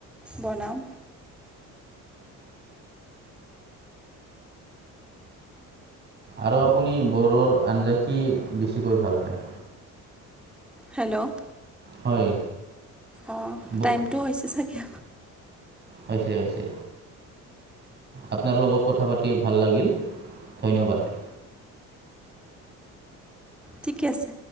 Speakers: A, in the centre; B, on the right (about 30°).
A: বনাম
B: আৰু আপুনি বড়ৰ আঞ্জা কি বেছিকৈ ভাল পায়
A: হেল্ল'
B: হয়
A: অ
B: ব-
A: টাইমটো হৈছে চাগে
B: হৈছে হৈছে আপোনাৰ লগত কথা পাতি ভাল লাগিল ধন্যবাদ
A: ঠিকে আছে